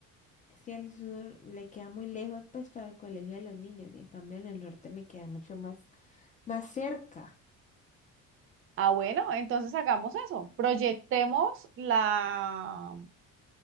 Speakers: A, on the left (about 25°); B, on the right (about 40°).
A: Es que el sur le queda muy lejos, pues, para el colegio de los niños. En cambio, en el norte me queda mucho más, más cerca.
B: Ah, bueno, entonces hagamos eso. Proyectemos la,